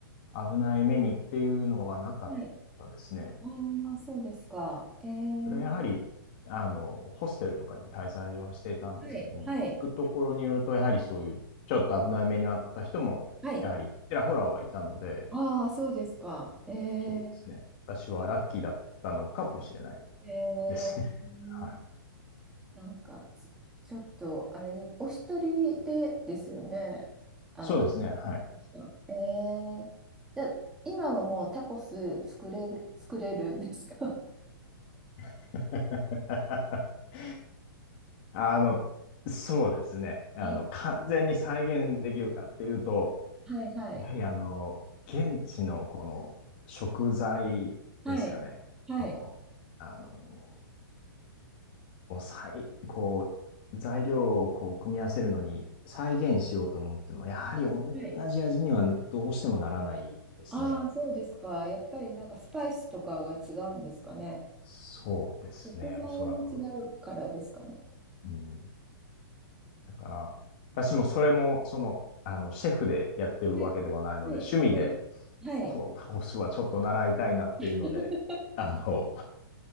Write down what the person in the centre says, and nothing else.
い。ああ、そうですか。えー、
はい、はい、
はい。
ああ、そうですか。えー、
えー、
なんか、ちちょっと、あれ、お一人でですよね。あの、
ですか。えー、じゃあ今はもうタコス作れる、作れるんですか
え、
はいはい。
はい。はい。
はい。ああ、そうですか。やっぱりなんかスパイスとかが違うんですかね。
食材も違うからですかね。
はい。はい。
はい。はい。
<laughs>